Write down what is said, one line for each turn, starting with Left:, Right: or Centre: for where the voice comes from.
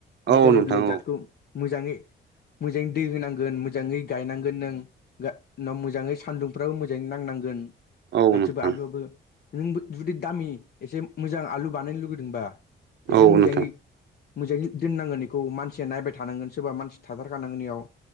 Left: नों
Right: औ
Left: बेलेग
Right: नोंथां
Left: बेलेक
Right: औ
Left: जातखौ मोजाङै मोजाङै दै होनांगोन मोजाङै गायनांगोन नों। उनाव मोजाङै सान्दुंफ्राबो मोजाङै नांनांगोन
Right: औ
Left: गासिबो
Right: नोंथां
Left: आलुआबो नोंबो जुदि दामि एसे मोजां आलु बानायनो लुुबैदोंबा एसे
Right: औ
Left: मोजाङै
Right: नोंथां
Left: मोजाङै दोननांगोन इखौ मानसिया नायबाय थानांगोन सोरबा मानसि थाथारखानांगोन इयाव।